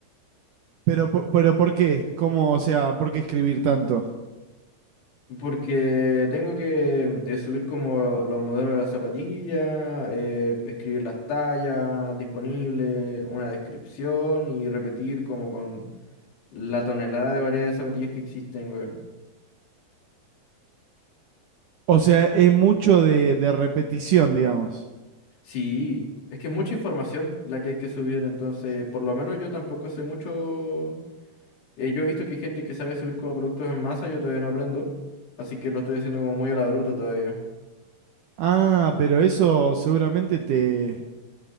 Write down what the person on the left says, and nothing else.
Porque tengo que eh, subir como los modelos de las zapatillas, eh, escribir las tallas disponibles, una descripción y repetir como con la tonelada de variedad de zapatillas que existen, weón.
Sí, es que es mucha información la que hay que subir, entonces por lo menos yo tampoco sé mucho. eh, yo he visto que hay gente que sabe subir como productos en masa, yo todavía no aprendo, así que lo estoy haciendo como muy a la bruta todavía.